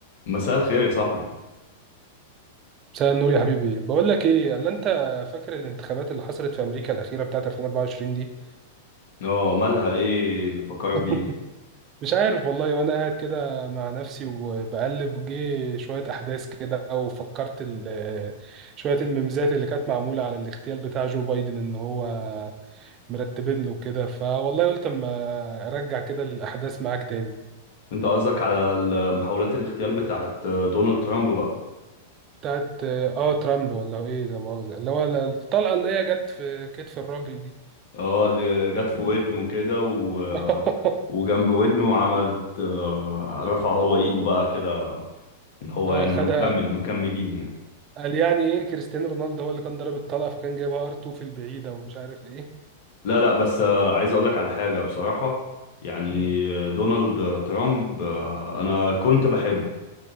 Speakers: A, on the left; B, on the right.
A: مساء الخير يا صاحبي
B: مساء النور يا حبيبي بقول لك ايه اللي انت فاكر الانتخابات اللي حصلت في امريكا الاخيره بتاعت 2024 دي
A: اه مالها ايه اللي فكرك
B: <laughs>
A: بيها
B: مش عارف والله وانا قاعد كده مع نفسي وبقلب جه شويه احداث كده وفكرت ال- شويه الميمزات اللي كانت معموله على الاغتيال بتاع جو بايدن ان هو مرتبين له كده فوالله قلت اما ارجع كده الاحداث معاك تاني
A: انت قصدك على محاولات الاغتيال بتاعت دونالد ترامب بقى
B: بتاعت اه ترامب ولا ايه ده مؤاخذه اللي هو الطلقه اللي هي جت في كتف الراجل دي
A: اه اللي جت في ودنه كده و...
B: <laughs>
A: وجنب ودنه عملت آه، رفع هو ايده بقى كده اللي هو
B: اه
A: يعني
B: خد
A: هنكمل مكملين يعني
B: قال يعني ايه كريستيانو رونالدو هو اللي كان ضرب الطلقه فكان جايبها ار 2 في البعيده ومش عارف ايه
A: لا لا بس آه، عايز اقولك على حاجة بصراحة يعني
B: مم.
A: أه، دونالد ترامب آه، انا كنت بحبه